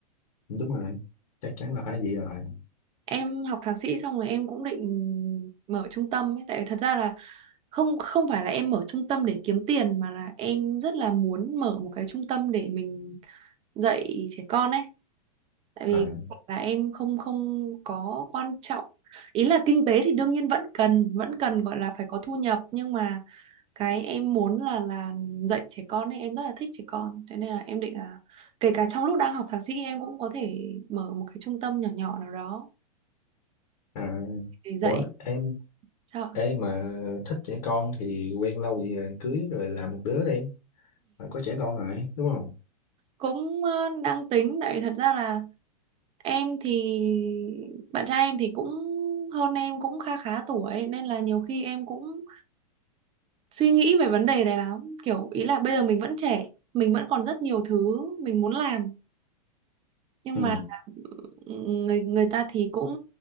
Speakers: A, on the left; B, on the right.
A: đúng rồi chắc chắn là phải vậy rồi
B: Em học thạc sĩ xong rồi em cũng định mở trung tâm ấy tại vì thật ra là không không phải là em mở trung tâm để kiếm tiền mà là em rất là muốn mở một cái trung tâm để mình dạy trẻ con ấy tại vì
A: à,
B: là em không không có quan trọng ý là kinh tế thì đương nhiên vẫn cần vẫn cần gọi là phải có thu nhập nhưng mà cái em muốn là là dạy trẻ con ấy em rất là thích trẻ con thế nên là em định là kể cả trong lúc đang học thạc sĩ em cũng có thể mở một cái trung tâm nhỏ nhỏ nào đó
A: à,
B: để
A: ủa
B: dạy
A: em
B: sao ạ?
A: Ê mà thích trẻ con thì quen lâu gì rồi cưới rồi làm một đứa đi Phải có trẻ con rồi đúng không
B: cũng ờ, đang tính tại vì thật ra là em thì bạn trai em thì cũng hơn em cũng kha khá tuổi nên là nhiều khi em cũng suy nghĩ về vấn đề này lắm kiểu ý là bây giờ mình vẫn trẻ mình vẫn còn rất nhiều thứ mình muốn làm nhưng
A: ừ
B: mà người người ta thì cũng